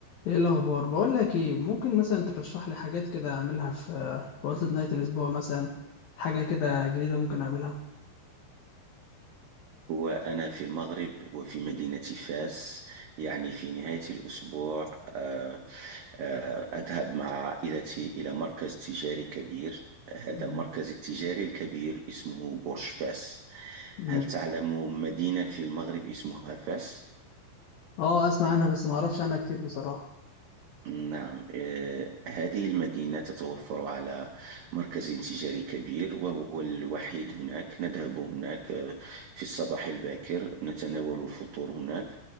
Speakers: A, on the left; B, on the right.
A: ايه الاخبار بقول لك ايه ممكن مثلا ترشح لي حاجات كده اعملها في في عطلة نهاية الاسبوع مثلا حاجة كده جديدة ممكن اعملها
B: وأنا في المغرب وفي مدينة فاس يعني في نهاية الأسبوع آه، آه، أذهب مع عائلتي إلى مركز تجاري كبير هذا
A: مم.
B: المركز التجاري الكبير اسمه برج فاس
A: مم.
B: هل تعلم مدينة في المغرب اسمها فاس؟
A: اه اسمع عنها بس ما اعرفش عنها كتير بصراحة
B: نعم آه، هذه المدينة تتوفر على مركز تجاري كبير وهو الوحيد هناك نذهب هناك آه، في الصباح الباكر نتناول الفطور هناك